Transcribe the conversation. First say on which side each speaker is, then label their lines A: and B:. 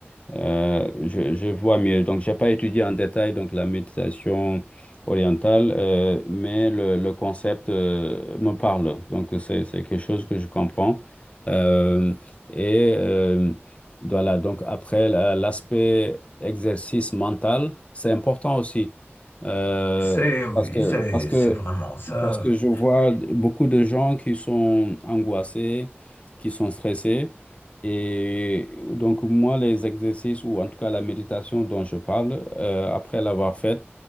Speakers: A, on the left; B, on the left.
A: Euh, je, je vois mieux. Donc, j'ai pas étudié en détail donc la méditation orientale, euh, mais le, le concept euh, me parle. Donc, c'est, c'est quelque chose que je comprends. Euh, et euh, voilà, donc après, la- l'aspect exercice mental, c'est important aussi. Euh,
B: C'est oui,
A: parce que,
B: c'est
A: parce que
B: c'est vraiment ça.
A: parce que je vois beaucoup de gens qui sont angoissés, qui sont stressés. Et donc, moi, les exercices, ou en tout cas la méditation dont je parle, euh, après l'avoir faite,